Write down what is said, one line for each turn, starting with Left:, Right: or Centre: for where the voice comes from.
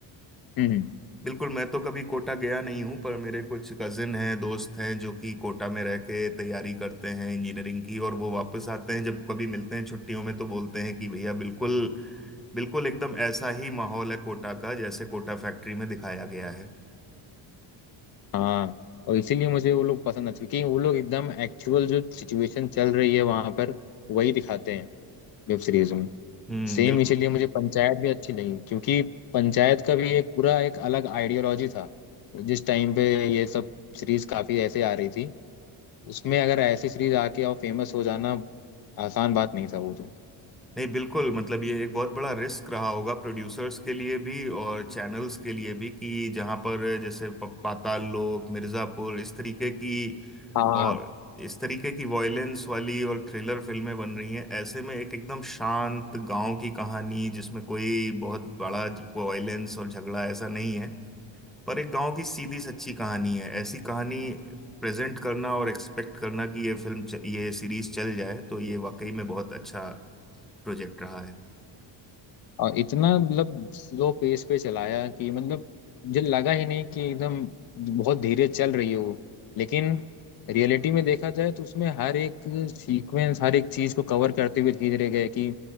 Left: हम्म,
Centre: बिल्कुल मैं तो कभी कोटा गया नहीं हूँ पर मेरे कुछ कजिन हैं दोस्त हैं जो कि कोटा में रह के तैयारी करते हैं इंजीनियरिंग की और वो वापस आते हैं जब कभी मिलते हैं छुट्टियों में तो बोलते हैं कि भैया बिल्कुल बिल्कुल एकदम ऐसा ही माहौल है कोटा का जैसे कोटा फैक्ट्री में दिखाया गया है
Left: हाँ और इसीलिए मुझे वो लोग पसंद आते हैं, क्योंकि वो लोग एकदम एक्चुअल जो सिचुएशन चल रही है वहाँ पर वही दिखाते हैं वेब सीरीजों में
Centre: हम्म
Left: सेम
Centre: बिल्कुल
Left: इसीलिए मुझे पंचायत भी अच्छी लगी क्योंकि पंचायत का भी एक पूरा एक अलग आइडियोलॉजी था जिस टाइम पे ये सब सीरीज काफी ऐसे आ रही थी उसमें अगर ऐसी सीरीज आके और फेमस हो जाना आसान बात नहीं था वो तो
Centre: नहीं बिल्कुल मतलब ये एक बहुत बड़ा रिस्क रहा होगा प्रोड्यूसर्स के लिए भी और चैनल्स के लिए भी कि जहाँ पर जैसे प- पाताल लोक मिर्जापुर इस तरीके की
Left: हाँ
Centre: और इस तरीके की वॉयलेंस वाली और थ्रिलर फिल्में बन रही हैं ऐसे में एक एकदम शांत गांव की कहानी जिसमें कोई बहुत बड़ा वॉयलेंस और झगड़ा ऐसा नहीं है पर एक गांव की सीधी सच्ची कहानी है ऐसी कहानी प्रेजेंट करना और एक्सपेक्ट करना कि ये फिल्म च- ये सीरीज चल जाए तो ये वाकई में बहुत अच्छा प्रोजेक्ट रहा है
Left: और इतना मतलब स्लो पेस पे चलाया कि मतलब मुझे लगा ही नहीं कि एकदम बहुत धीरे चल रही है वो लेकिन रियलिटी में देखा जाए तो उसमें हर एक सीक्वेंस हर एक चीज को कवर करते हुए धीरे गए कि